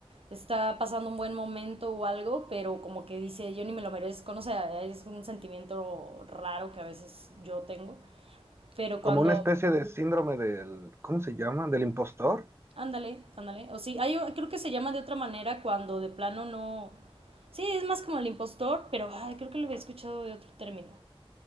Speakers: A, on the right (about 80°); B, on the right (about 25°).
A: está pasando un buen momento o algo, pero como que dice, yo ni me lo merezco, no sé, es un sentimiento raro que a veces yo tengo, pero
B: Como
A: cuando,
B: una especie de síndrome del, ¿cómo se llama? ¿Del impostor?
A: ándale, ándale, o sí, hay, creo que se llama de otra manera cuando de plano no, sí, es más como el impostor, pero ay, creo que lo había escuchado de otro término,